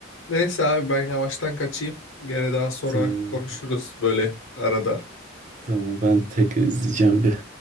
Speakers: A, on the left; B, on the right.
A: Neyse abi ben yavaştan kaçayım. Gene daha sonra
B: Tamam.
A: konuşuruz böyle arada.
B: Tamam ben de tekrar izleyeceğim bir.